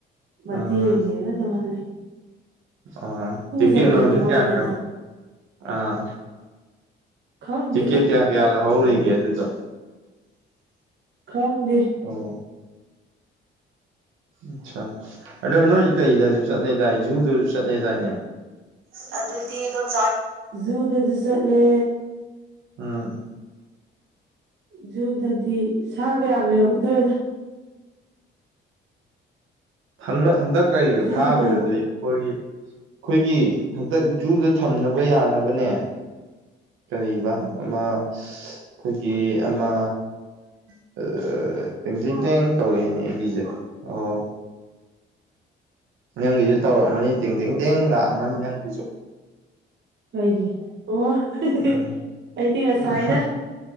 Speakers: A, on the right; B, on the right.
A: ꯃꯇꯦꯛ
B: ꯑꯥ
A: ꯌꯦꯉꯥ ꯑꯗꯨꯝ ꯍꯜꯂꯩ
B: ꯑꯥ ꯇꯤꯀꯦ
A: ꯆꯠꯄꯗꯗꯤ
B: ꯅ ꯍꯧꯖꯤ
A: ꯋꯥꯏꯗꯅ
B: ꯀꯌꯥ <unintelligible> ꯑꯥ
A: ꯈꯪꯗꯦꯗ
B: ꯇꯤꯀꯦ ꯀꯌꯥ ꯀꯌꯥ ꯂꯍꯧꯅꯤꯒꯦ
A: ꯑꯗꯨꯗꯤ
B: ꯑꯗꯨꯗꯣ
A: ꯈꯪꯗꯦ
B: ꯑꯣ ꯑꯆꯥ ꯑꯗꯣ ꯅꯣꯏꯇꯩꯗꯁꯨ ꯆꯠꯂꯦꯗꯥꯏ ꯖꯨꯗꯁꯨ ꯆꯠꯂꯦꯗꯥꯏꯅꯦ ꯑꯗꯨꯗꯤ ꯏꯟꯗꯣꯝꯆꯥ
A: ꯖꯨꯗ ꯑꯗꯨ ꯆꯠꯂꯦ
B: ꯎꯝ
A: ꯖꯨꯗꯗꯤ ꯁꯥ ꯃꯌꯥꯝ ꯂꯩꯍꯧꯗ꯭ꯔꯦꯗ
B: ꯍꯟꯗ ꯍꯟꯗꯛ ꯀꯩꯒ
A: ꯖꯨꯗꯣ
B: ꯐꯥꯒ꯭ꯔꯤꯗꯨꯗꯤ <unintelligible> ꯑꯩꯈꯣꯏꯒꯤ ꯍꯟꯗꯛ ꯖꯨꯗ ꯊꯝꯅꯕ ꯌꯥꯅꯕꯅꯦ ꯀꯔꯤꯕ
A: ꯎꯝ
B: ꯑꯃ ꯑꯩꯈꯣꯏꯒꯤ ꯑꯃ <unintelligible> ꯇꯦꯡꯇꯦꯡ ꯇꯦꯡ ꯇꯧꯔꯛꯏꯅꯦ ꯑꯩꯒꯤꯁꯦ ꯑꯣ ꯅꯪꯒꯤꯁꯨ ꯇꯧꯔꯛꯑꯥꯝꯃꯅꯤ ꯇꯦꯡ ꯇꯦꯡ ꯇꯦꯡ ꯂꯥꯛꯑꯃꯅꯤ ꯅꯪꯒꯤꯁꯨ
A: ꯀꯩꯒꯤꯑꯣ <unintelligible>
B: ꯎꯝ
A: ꯑꯩꯗꯤ ꯉꯁꯥꯏꯅ
B: ꯎꯝ